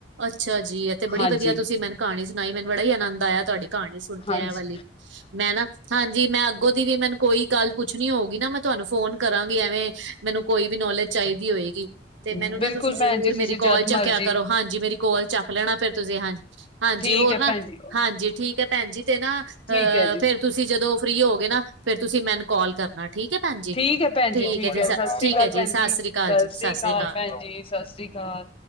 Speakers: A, on the right; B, on the left.
A: ਅੱਛਾ ਜੀ, ਏਹ ਤੇ ਬੜੀ
B: ਹਾਂਜੀ
A: ਵਧੀਆ ਤੁਸੀਂ ਮੈਨੂੰ ਕਹਾਣੀ ਸੁਣਾਈ। ਮੈਨੂੰ ਬੜਾ ਈ ਆਨੰਦ ਆਇਆ ਤੁਆਡੀ ਕਹਾਣੀ ਸੁਣ
B: ਹਾਂਜੀ
A: ਕੇ ਐਹ ਵਾਲੀ। ਮੈਂ ਨਾ ਹਾਂਜੀ ਮੈਂ ਅੱਗੋਂ ਦੀ ਵੀ ਮੈਨੂੰ ਕੋਈ ਗੱਲ ਪੁੱਛਣੀ ਹੋਊਗੀ ਨਾ ਮੈਂ ਤੁਆਨੂੰ ਫੋਨ ਕਰਾਂਗੀ, ਐਵੇਂ ਮੈਨੂੰ ਕੋਈ ਵੀ ਨੌਲੇਜ ਚਾਈਦੀ ਹੋਏਗੀ। ਤੇ
B: ਬਿਲਕੁਲ
A: ਮੈਨੂੰ ਨਾ ਤੁਸੀਂ ਜ਼ਰੂਰ,
B: ਭੈਣ ਜੀ ਤੁਸੀਂ
A: ਮੇਰੀ ਕੋਲ
B: ਜਦ
A: ਚੱਕਿਆ
B: ਮਰਜੀ
A: ਕਰੋ। ਹਾਂਜੀ, ਮੇਰੀ ਕੋਲ ਚੱਕ ਲੈਣਾ ਫਿਰ ਤੁਸੀਂ ਹਾਂਜੀ। ਹਾਂਜੀ
B: ਠੀਕ
A: ਹੋਰ
B: ਹੈ
A: ਨਾ।
B: ਭੈਣ ਜੀ
A: ਹਾਂਜੀ ਠੀਕ ਐ ਭੈਣ ਜੀ, ਤੇ ਨਾ ਅਹ
B: ਠੀਕ ਹੈ ਜੀ
A: ਫੇਰ ਤੁਸੀਂ ਜਦੋਂ ਫ੍ਰਰੀ ਹੋਓਗੇ ਨਾ ਫੇਰ ਤੁਸੀਂ ਮੈਨ ਕਾਲ ਕਰਨਾ, ਠੀਕ ਐ ਭੈਣਜੀ।
B: ਠੀਕ ਹੈ ਭੈਣ
A: ਠੀਕ
B: ਜੀ
A: ਐ ਜ-ਸ-ਠੀਕ
B: ਹੈ ਸਤਿ ਸ੍ਰੀ ਅਕਾਲ
A: ਐ
B: ਭੈਣ
A: ਜੀ ਸਤਿ ਅਕਾਲ
B: ਸਤਿ
A: ਸ੍ਰੀ ਜੀ
B: ਸ੍ਰੀ ਕਾਲ
A: ਅਕਾਲ
B: ਭੈਣ ਜੀ ਸਤਿ ਸ੍ਰੀ ਕਾਲ।